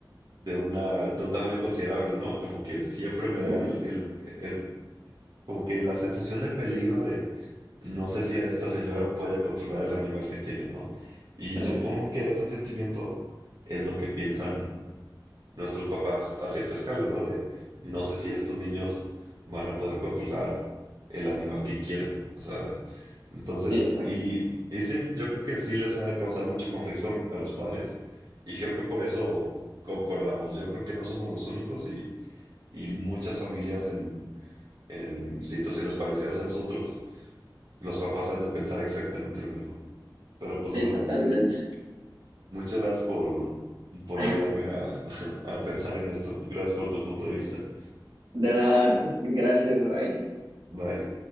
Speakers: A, on the right; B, on the right.
A: de una, de un tamaño considerable, ¿no? Como que siempre me
B: Eh,
A: da el, el- el- como que la sensación de peligro de no sé si esta señora puede controlar el animal que tiene, ¿no? Y
B: eh,
A: supongo que ese sentimiento es lo que piensan nuestros papás a cierta escala, ¿no? De no sé si estos niños van a poder controlar el animal que quieren. O sea, entonces,
B: sí, exacto.
A: y, y sí, yo creo que sí les ha de causar mucho conflicto a los padres y creo que por eso concordamos. Yo creo que no somos los únicos y, y muchas familias en, en situaciones parecidas a nosotros, los papás han de pensar exactamente lo mismo. Pero pues
B: Sí,
A: bueno,
B: totalmente.
A: muchas gracias por, por
B: <laughs>
A: ayudarme a <laughs> a pensar en esto. Gracias por tu punto de vista.
B: De nada, gracias, bye.
A: Bye.